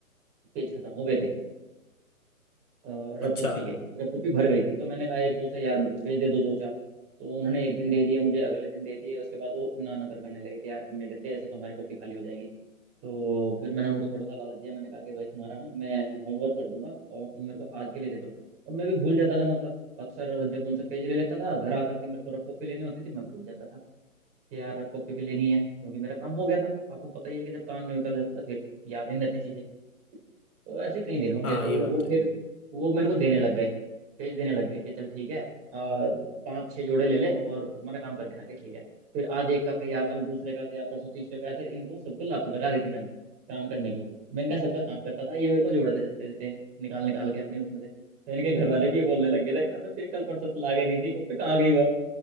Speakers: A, on the right; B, on the left.
A: पेज खत्म हो गए थे अ, रफ
B: अच्छा
A: कॉपी के रफ कॉपी भर गई थी तो मैंने कहा एक दो से यार मेरे को पेज दे दो दो चार तो उन्होंने एक दिन दे दिए मुझे अगले दिन दे दिए उसके बाद वो ना ना कर करने लगे कि यार हम नहीं देते ऐसे तो हमारी कॉपी खाली हो जाएंगी तो फिर मैंने उनको थोड़ा सा लालच दिया मैंने कहा कि भाई तुम्हारा ना मैं होमवर्क कर दूंगा और तुम मेरे को आज के लिए दे दो और मैं भी भूल जाता था मतलब अक्सर जब उनसे पेज ले लेता था घर आकर के मेरे को रफ कॉपी लेनी होती थी मैं भूल जाता था कि यार रफ कॉपी भी लेनी है क्योंकि मेरा काम हो गया था आपको पता ही है कि जब काम निकल जाता था फिर याद ही नहीं रहती चीजें तो ऐसे कई दिन हो गए
B: हाँ
A: तो
B: ये बात
A: वो
B: तो
A: फिर वो मेरे को देने लग गए पेज देने लग गए कि चल ठीक है आ, पांच छह जोड़े ले ले और हमारा काम कर देना कि ठीक है फिर आज एक का किया कल दूसरे का किया परसों तीसरे का ऐसे इनको सबको लत लगा दी थी मैंने काम करने की मैंने कहा सबका काम करता था ये मेरे को जोड़े दे देते देते निकाल निकाल के अपने उसमें से तो इनके घर वाले भी ये बोलने लग गए थे अबे तेरे कल परसों तो लागे दी थी कब पे कहाँ गई वो